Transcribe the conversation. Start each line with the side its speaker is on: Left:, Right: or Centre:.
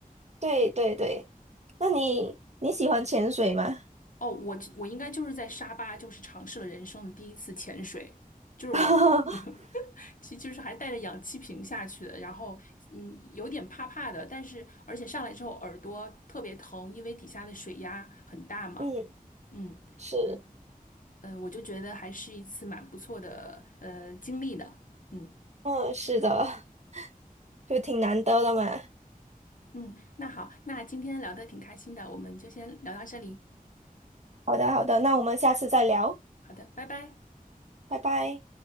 Right: 对对对，那你你喜欢潜水吗？
Left: 哦，我我应该就是在沙巴，就是尝试了人生的第一次潜水，就是我，
Right: <laughs>
Left: <laughs> 其实就是还带着氧气瓶下去的，然后嗯，有点怕怕的，但是而且上来之后耳朵特别疼，因为底下的水压很大嘛，
Right: 嗯，
Left: 嗯嗯
Right: 是，
Left: 嗯，呃我就觉得还是一次蛮不错的呃经历的，嗯。
Right: 嗯，是的，<laughs> 就挺难得的嘛。
Left: 嗯，那好，那今天聊的挺开心的，我们就先聊到这里。
Right: 好的，好的，那我们下次再聊，
Left: 好的，拜拜。
Right: 拜拜。